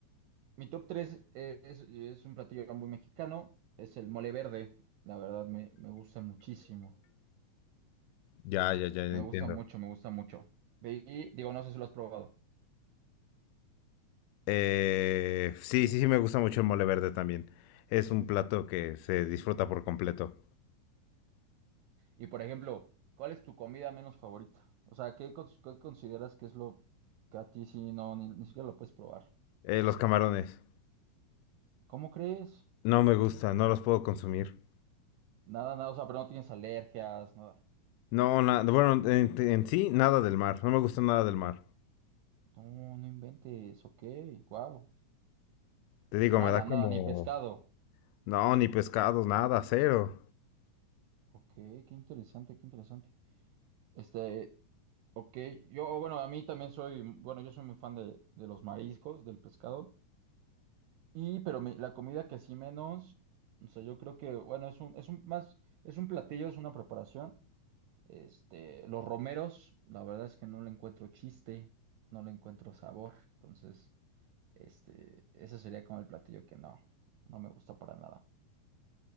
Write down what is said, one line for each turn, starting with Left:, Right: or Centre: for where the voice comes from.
Right: mi top tres es, es un platillo muy mexicano, es el mole verde, la verdad me, me gusta muchísimo,
Left: Ya, ya, ya entiendo.
Right: me gusta mucho, me gusta mucho. Y digo, no sé si lo has probado.
Left: Eh, sí, sí, sí me gusta mucho el mole verde también. Es un plato que se disfruta por completo.
Right: Y por ejemplo, ¿cuál es tu comida menos favorita? O sea, ¿qué, cons- qué consideras que es lo que a ti sí no, ni, ni siquiera lo puedes probar?
Left: Eh, los camarones.
Right: ¿Cómo crees?
Left: No me gusta, no los puedo consumir.
Right: Nada, nada, o sea, pero no tienes alergias, nada.
Left: No, na- bueno, en, en sí, nada del mar. No me gusta nada del mar.
Right: No, no inventes, ok, wow.
Left: Te digo, me
Right: Nada,
Left: da como...
Right: nada, ni pescado.
Left: No, ni pescados, nada, cero.
Right: Ok, qué interesante, qué interesante. Este, ok, yo, bueno, a mí también soy, bueno, yo soy muy fan de, de los mariscos, del pescado. Y, pero mi- la comida que sí menos, o sea, yo creo que, bueno, es un, es un, más, es un platillo, es una preparación. Este, los romeros, la verdad es que no le encuentro chiste, no le encuentro sabor, entonces. Este, ese sería como el platillo que no, no me gusta para nada.